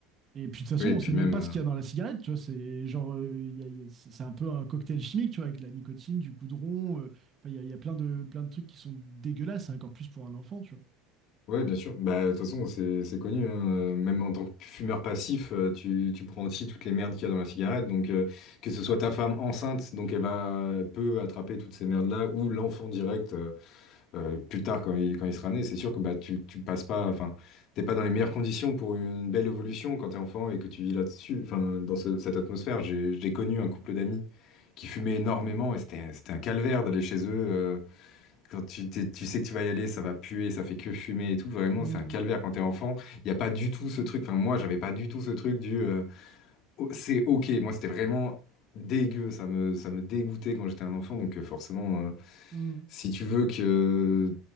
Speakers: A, on the right; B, on the left.
A: Et puis de toute façon,
B: Oui,
A: on
B: et puis
A: sait
B: même.
A: même pas ce qu'il
B: euh,
A: y a dans la cigarette, tu vois. C'est genre, euh, il y a- il y a- c'est c'est un peu un cocktail chimique, tu vois, avec de la nicotine, du goudron. euh, enfin, il y a, il y a plein de, plein de trucs qui sont dégueulasses, et encore plus pour un enfant, tu vois.
B: Ouais, bien sûr. Bah, de toute façon, c'est c'est connu. hein, euh, Même en tant que fumeur passif, euh, tu, tu prends aussi toutes les merdes qu'il y a dans la cigarette. Donc, euh, que ce soit ta femme enceinte, donc elle va elle peut attraper toutes ces merdes-là, ou l'enfant direct. euh, euh, plus tard quand il, quand il sera né, c'est sûr que bah, tu, tu passes pas, enfin, t'es pas dans les meilleures conditions pour une belle évolution quand t'es enfant et que tu vis là-dessus, enfin, dans ce- cette atmosphère. J'ai, j'ai connu un couple d'amis qui fumaient énormément et c'était, c'était un calvaire d'aller chez eux. euh, quand tu, t'es- tu sais que tu vas y aller, ça va puer, ça fait que fumer et tout. Vraiment,
A: Hmm,
B: c'est un calvaire quand t'es enfant. Il n'y a pas du tout ce truc, enfin, moi, j'avais pas du tout ce truc du euh, Oh, c'est ok. Moi, c'était vraiment dégueu, ça me, ça me dégoûtait quand j'étais un enfant, donc euh, forcément. euh,
A: hmm.
B: si tu veux que